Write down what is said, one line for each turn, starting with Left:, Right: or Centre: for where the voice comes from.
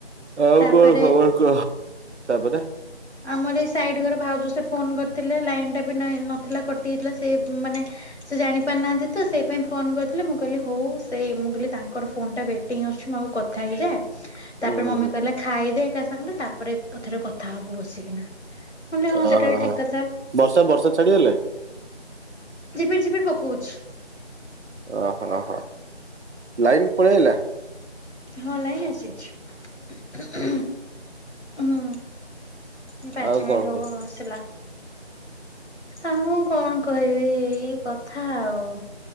Right: ଆଉ
Left: ତାପରେ
Right: କଣ ଖବର କହ? ତାପରେ?
Left: ଆମର ଏଇ ସାଇଡ ଘର ଭାଉଜ ସେ ଫୋନ କରିଥିଲେ ଲାଇନ ଟା ବି ନଥିଲା କଟି ଯାଇଥିଲା ସେଇ ମାନେ ସେ ଜାଣି ପାରୁ ନାହାନ୍ତି ତ ସେଇ ପାଇଁ ଫୋନ କରିଥିଲେ ମୁଁ କହିଲି ହଉ ସେ ମୁଁ କହିଲି ତାଙ୍କର ଫୋନ ଟା ୱେଟିଙ୍ଗ ଆସୁଚି ହଁ କଥା ହେଇଯାଏ।
Right: ହୁଁ
Left: ତାପରେ
Right: ହୁଁ
Left: ମମି
Right: ହୁଁ
Left: କହିଲେ ଖାଇଦେ ଏକା ସାଙ୍ଗରେ ତାପରେ ଏକାଥରେ କଥା ହବୁ ବସିକିନା। ମୁ କହିଲି ହଁ
Right: ଓହୋ
Left: ସେଟା ବି
Right: ହୋ
Left: ଠିକ କଥା
Right: ବର୍ଷା ବର୍ଷା ଛାଡିଗଲାଣି
Left: ଯିବି ଯିବି। କହୁଚି।
Right: ଅ ହଁ ହଁ ଲାଇନ ପଳେଇ ଆଇଲା?
Left: ହଁ ଲାଇନ ଆସିଯାଇଛି। ହୁଁ ଏ ପାଞ୍ଚ
Right: ଆଉ
Left: ମିନିଟ
Right: କଣ
Left: ହବ
Right: କହ
Left: ଆସିଲା। ଆଉ କଣ କହିବି ଏଇ କଥା ଆଉ।